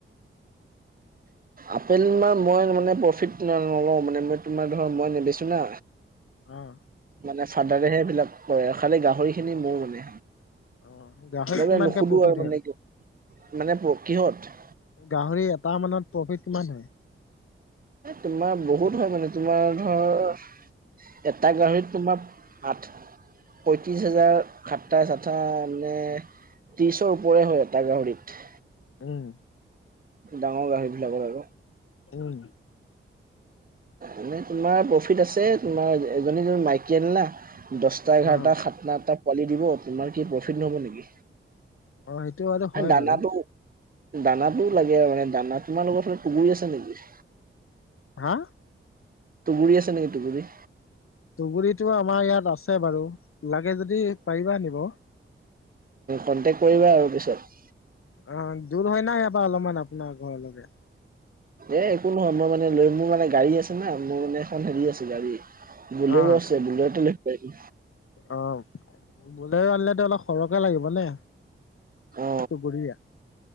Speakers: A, on the right; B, on the left.
A: আপেল মাৰ মই মানে প্ৰফিট নলও মানে মই তোমাৰ ধৰ মই নেবেছো না।
B: অ',
A: মানে ফাদাৰেহে এইবিলাক কৰে, খালি গাহৰি খিনি মোৰ মানে।
B: অ', গাহৰিত
A: মই
B: কিমানকে
A: বে নুসুধো
B: প্ৰফিট
A: আৰু
B: হয়?
A: মানে কি মানে প্ৰ কিহত
B: গাহৰি এটা মানত প্ৰফিট কিমান হয়?
A: তোমাৰ বহুত হয় মানে তোমাৰ ধৰ, এটা গাহৰিত তোমাৰ আঠ পঁয়ত্ৰিছ হাজাৰ সাতাইছ আঠ মানে ত্ৰিছৰ ওপৰে হয় এটা গাহৰিত।
B: উম,
A: ডাঙৰ গাহৰি বিলাকৰ আৰু।
B: উম,
A: এনেই তোমাৰ প্ৰফিট আছে, তোমাৰ এজনী গৰু মাইকিয়েল না। দছটা, এঘাৰটা,
B: অ',
A: সাতটা, আঠটা পোৱালি দিব তোমাৰ কি প্ৰফিট নহব নেকি?
B: অ', সেইটো বাৰু হয়
A: দানাটো-
B: বাৰু
A: দানা লাগে আৰু মানে দানা তোমালোকৰ ফালে আছে নেকি?
B: হা?
A: টোগুৰি আছে নে কি টোগুৰি?
B: ধুগুৰিটো আমাৰ ইয়াত আছে বাৰু লাগে যদি পাৰিবা আনিব।
A: কণ্টেক্ট কৰিবা আৰু পিছত।
B: অ, দূৰ হয় না ইয়াপা অলপমান আপোনাৰ ঘৰলৈকে।
A: এ একো নহয় মই মানে লৈ মোৰ মানে গাড়ী আছে না মোৰ মানে এখন হেৰি আছে গাড়ী। বুলেট
B: অ
A: আছে বুলেটো লব পায়িবি।
B: অ, বোলে আনিলেতো অলপ সৰহকে লাগিব নে?
A: অ
B: টো গৰিয়া।